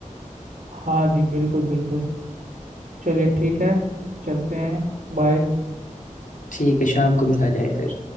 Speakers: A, on the right; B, on the left.
A: हाँ जी बिल्कुल बिल्कुल चलिए ठीक है चलते हैं बाय
B: ठीक है शाम को मिला जाए फिर